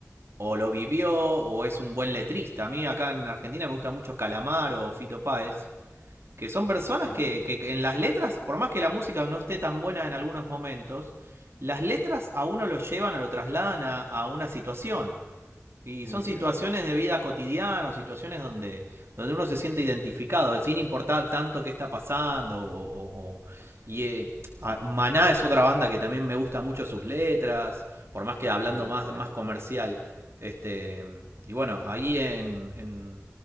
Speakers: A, on the right; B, on the left.
A: o lo vivió o es un buen letrista. A mí acá en Argentina me gusta mucho Calamaro o Fito Páez, que son personas
B: Sí,
A: que,
B: sí,
A: que en las letras, por más que la música no esté tan buena en algunos momentos, las letras a uno lo llevan o lo trasladan a, a una situación. Y
B: muy
A: son
B: cierto,
A: situaciones
B: muy cierto.
A: de vida cotidiana, o situaciones donde, donde uno se siente identificado, sin importar tanto qué está pasando. O, o- o- y eh, ah, Maná es otra banda que también me gusta mucho sus letras, por más que hablando
B: Sí, muy
A: más,
B: bueno.
A: más comercial. Este, y bueno, ahí en. en,